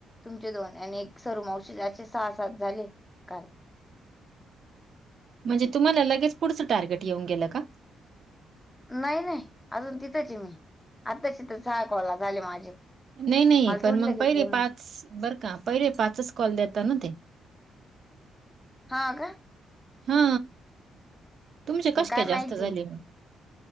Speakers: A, on the left (about 15°); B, on the right (about 60°).
A: तुमचे दोन आणि एक सरू मावशी असे सहा-सात झाले काल.
B: म्हणजे तुम्हाला लगेच पुढचं टार्गेट येऊन गेलं का?
A: नाई नाई अजून तिथंचय मी आत्ताशी सहा कॉला झाले माझे.
B: नाई नाई
A: मला
B: पण
A: थोडी
B: मग
A: लगेच
B: पहिले
A: येणार
B: पाच, बरं का पहिले पाचच कॉल देता ना ते.
A: हा का?
B: हा तुमचे कशे
A: मग
B: काय जास्त
A: माहिती
B: झाले ना.